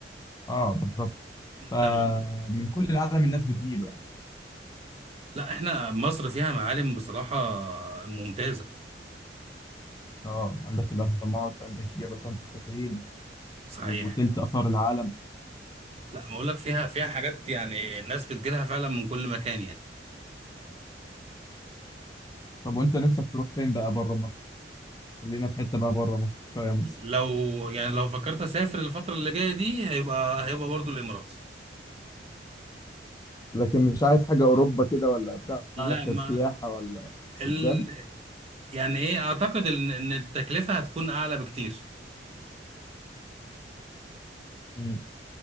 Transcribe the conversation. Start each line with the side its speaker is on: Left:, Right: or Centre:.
Left: اه بالظبط فمن
Right: تمام
Left: كل العالم الناس بتجيله
Right: لا احنا مصر فيها معالم بصراحة ممتازة
Left: اه عندك الاهرامات عندك جبل سانت كاترين
Right: صحيح
Left: وتلت اثار العالم
Right: لا بقول لك فيها فيها حاجات يعني الناس بتجيلها فعلا من كل مكان يعني
Left: طب وانت نفسك تروح فين بقى بره مصر خلينا في حته بقى بره مصر كفايه مصر
Right: لو يعني لو فكرت اسافر الفتره اللي جايه دي هيبقى هيبقى برضو الامارات
Left: لكن مش عايز حاجة أوروبا كده ولا بتاع
Right: لا ما
Left: كسياحة ولا
Right: ال...
Left: قدام
Right: يعني ايه اعتقد ان إن التكلفه هتكون اعلى بكتير
Left: مم.